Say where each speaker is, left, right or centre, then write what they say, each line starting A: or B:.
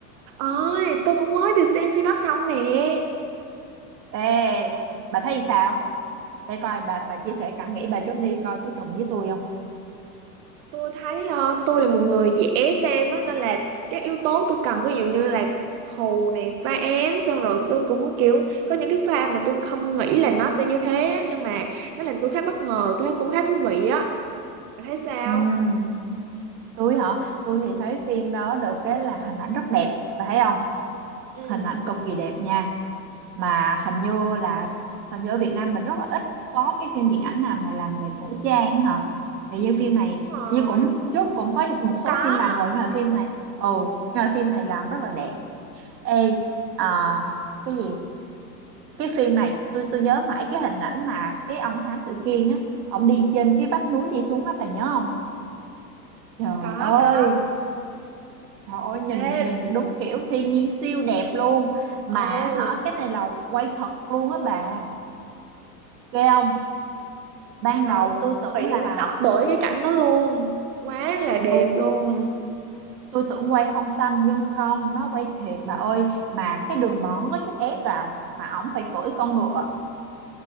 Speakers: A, on the right (about 55°); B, on the right (about 75°).
A: Ôi, tôi cũng mới được xem phim đó xong nè.
B: ê bà thấy sao để coi bà bà chia sẻ cảm nghĩ bà trước đi coi có trùng với tôi không
A: Tôi thấy ờ, tôi là một người dễ xem á, nên là các yếu tố tôi cần, ví dụ như là hù này, phá án, xong rồi tôi cũng kiểu có những cái pha mà tôi không nghĩ là nó sẽ như thế á, nhưng mà nó làm tôi khá bất ngờ, tôi thấy cũng khá thú vị á. Bạn thấy sao?
B: ừ tôi hả tôi thì thấy phim đó được cái là hình ảnh rất đẹp bà thấy không
A: Ừ,
B: hình
A: đúng
B: ảnh cực kỳ đẹp nha mà hình như là hình như ở Việt Nam mình rất là ít có cái phim điện ảnh nào mà làm về cổ trang hả thì như phim này
A: rồi,
B: như cũng trước cũng có một
A: cũng
B: số
A: có
B: phim làm
A: đó.
B: rồi nhưng mà phim này ừ nhưng mà phim này làm rất là đẹp ê à, cái gì cái phim này tôi tôi nhớ mãi cái hình ảnh mà cái ông thám tử Kiên á ông đi trên cái vách núi đi xuống á bà nhớ không trời
A: Có,
B: ơi
A: có.
B: trời ơi nhìn
A: Ê,
B: nhìn đúng kiểu thiên nhiên siêu đẹp luôn mà
A: ồ.
B: hả cái này là quay thật luôn á bà ghê không ban
A: Trời
B: đầu
A: ơi, tôi
B: tôi tưởng
A: bị
B: là
A: sốc bởi cái cảnh đó luôn. Quá là đẹp
B: ừ
A: luôn.
B: tôi tưởng quay phong xanh nhưng không nó quay thiệt bà ơi mà cái đường mòn nó có chút ép à mà ổng phải cưỡi con ngựa